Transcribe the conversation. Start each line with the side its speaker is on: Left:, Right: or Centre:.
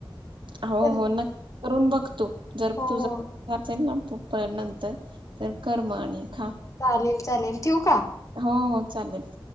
Right: हो
Left: चल
Right: हो नक् करून बघतो. जर
Left: हो
Right: तुझं
Left: हो
Right: असेल ना तु <unintelligible> नंतर तर कर म आणि खा.
Left: चालेल चालेल, ठेवू का?
Right: हो हो चालेल.